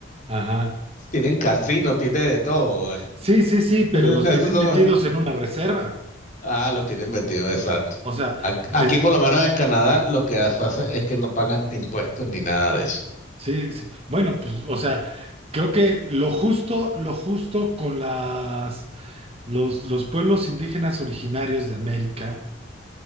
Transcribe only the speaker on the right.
ajá.
Sí, sí, sí, pero
los
tienen
metidos en una reserva.
O sea,
les,
sí, sí. Bueno, pues, o sea, creo que lo justo, lo justo con las, los, los pueblos indígenas originarios de América.